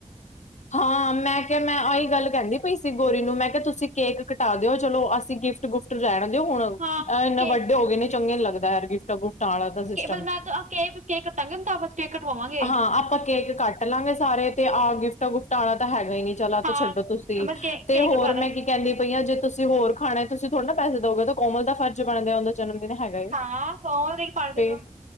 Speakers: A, on the left; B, on the right.
A: ਹਾਂ ਮੈਂ ਕਿਹਾ ਮੈਂ ਆਹੀ ਗੱਲ ਕਹਿੰਦੀ ਪਈ ਸੀ ਗੋਰੀ ਨੂੰ ਮੈਂ ਕਿਹਾ ਤੁਸੀਂ ਕੇਕ ਕਟਾ ਦਿਓ ਚਲੋ ਅਸੀਂ ਗਿਫਟ। ਗਿਫ਼ਟ ਗੁਫਟ ਰਹਿਣ ਦਿਓ ਹੁਣ ਇਹ
B: ਹਾਂ।
A: ਇੰਨਾ
B: ਕੇ
A: ਵੱਡੇ ਹੋ ਗਏ ਨੇ ਚੰਗੇ ਨੀ ਲੱਗਦਾ ਹੈ ਗਿਫਟ ਗੁਫਟ ਆਲਾ ਤਾਂ ਸਿਸਟਮ।
B: ਪਰ ਮੈਂ ਤਾਂ ਆ ਕੇਕ ਬਸ ਕੇਕ ਕੱਟਾਂਗੇ ਤਾਂ ਬਸ ਕੇਕ ਕਟਵਾਵਾਂਗੇ।
A: ਹਾਂ ਆਪਾਂ ਕੇਕ ਕੱਟ ਲਾਂਗੇ ਸਾਰੇ ਤੇ ਆਹ ਗਿਫਟ ਗੁਫਟ। ਟਾਂ ਆਲਾ ਤਾਂ ਹੈਗਾ ਹੀ ਨੀ ਚਲੋ ਆ
B: ਹਾਂ
A: ਤਾਂ ਛੱਡੋ
B: ਬਸ
A: ਤੁਸੀਂ
B: ਕੇ
A: ਤੇ
B: ਕੇਕ
A: ਹੋਰ
B: ਕਟਵਾ ਦਾਂਗੇ।
A: ਮੈਂ ਕੀ। ਕਹਿੰਦੀ ਪਈ ਆਂ ਜੇ ਤੁਸੀਂ ਹੋਰ ਖਾਣੈ ਤੁਂ ਥੋੜਾ ਪੈਸੇ ਦੋਗੇ ਤਾਂ ਕੋਮਲ ਦਾ ਫਰਜ਼ ਬਣਦੈ ਉਹਦਾ ਜਨਮ ਦਿਨ ਹੈਗਾ ਏ
B: ਹਾਂ ਕੋਮਲ ਦੀ ਪਾਰਟੀ
A: ਫੇਰ।
B: ਤੋਂ